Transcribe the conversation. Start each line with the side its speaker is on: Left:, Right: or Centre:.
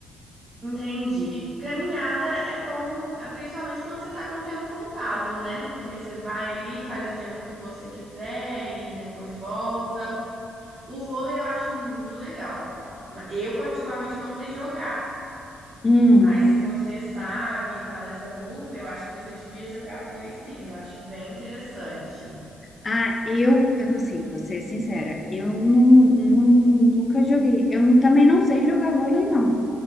Right: Entendi. Caminhada é bom, é principalmente quando você está com o tempo contado, né? Que aí você vai ali, faz o tempo que você quiser e depois volta. O vôlei eu acho muito legal. Ma- Eu, particularmente, não sei jogar.
Left: Hum,
Right: Mas se você sabe, tá nessa dúvida, eu acho que você devia jogar vôlei sim. Eu acho bem interessante.
Left: ah, eu, eu, assim, vou ser sincera, eu não, não- nunca joguei. Eu não- também não sei jogar vôlei, não.